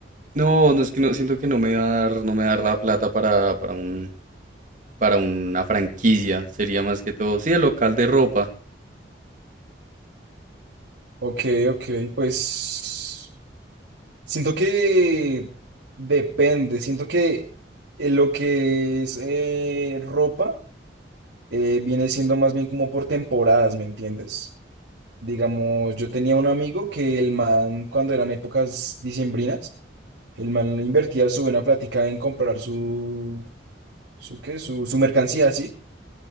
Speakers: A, on the right; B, on the right.
A: no, no es que no, siento que no me va a dar, no me va a dar la plata para, para un, para una franquicia, sería más que todo, sí, el local de ropa
B: Ok, ok, pues siento que depende, siento que eh, lo que es eh, ropa eh, viene siendo más bien como por temporadas, ¿me entiendes? Digamos, yo tenía un amigo que el man, cuando eran épocas diciembrinas, el man invertía su buena plática en comprar su, su, ¿qué? su, su mercancía así.